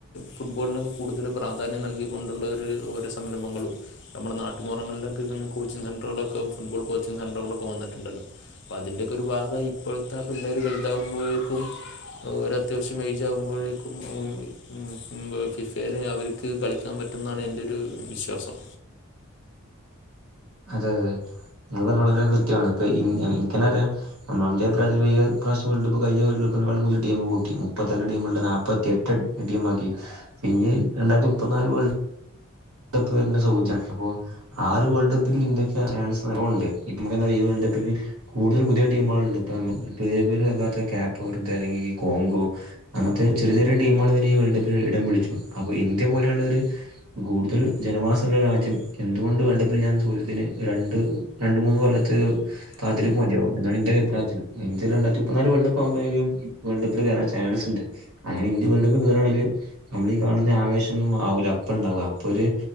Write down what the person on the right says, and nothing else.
അതെ അതെ ങ്ങള് പറഞ്ഞത് വളരെ കൃത്യാണ് ഇപ്പ ഇനിക്കെന്നറിയാ ഞമ്മ ന്റെ അഭിപ്രായത്തില് ഈ ഇപ്രാവശ്യം വേൾഡ് കപ്പ് കഴിഞ്ഞ വേൾഡ് കപ്പിനേക്കാൾ കൂട്തൽ ടീമ് കൂട്ടി. മുപ്പത്തിരണ്ട് ടീമ്ള്ളത് നാപ്പത്തിയെട്ട് ടീമാക്കി ഇഞ്ഞി രണ്ടായിരത്തി മുപ്പത്തി നാല് വേൾഡ് കപ്പ് വെര്ണെ സൗദ്യാണ് അപ്പോ ആ ഒര് വേൾഡ് കപ്പ്ല് ഇന്ത്യക്ക് <unintelligible> സ്ഥലോണ്ട് ഇപ്പമ്മക്കന്നെ അറിയാ ഈ വേൾഡ് കപ്പ്ക്ക് കൂടുതൽ പുതിയ ടീമ്കൾണ്ട്പ്പ മ്മ <unintelligible> വെക്കാത്ത കേപ്പ് വെർതേ അല്ലെങ്കിൽ കോങ്കോ അങ്ങൻത്തെ ചെറ്യ ചെറ്യേ ടീമുകൾ വെരെ ഈ വേൾഡ് കപ്പിൽ ഇടം പിടിച്ചു അപ്പൊ ഇന്ത്യ പോലെള്ളൊര് കൂടുതൽ ജനവാസള്ള രാജ്യം എന്തുകൊണ്ട് വേൾഡ്കപ്പിലില്ലാന്ന്ള്ള ചോദ്യത്തിന് രണ്ട് രണ്ട് മൂന്ന് കൊല്ലത്തൊര് കാത്തിരിപ്പ്മതിയാവും എന്നാണ് ഇന്റെ അഭിപ്രായത്തില് ഇന്ത്യ രണ്ടായിത്തിമുപ്പത്തിനാല് വേൾഡ് കപ്പാവുമ്പത്തേനും വേൾഡ് കപ്പില് കേറാൻ ചാൻസ്ണ്ട് അങ്ങനെ ഇന്ത്യ വേൾഡ് കപ്പ് കേറാണെങ്കില് നമ്മളീ കാണുന്ന ആവേശൊന്നും ആവൂല അപ്പ ണ്ടാവുക അപ്പൊര്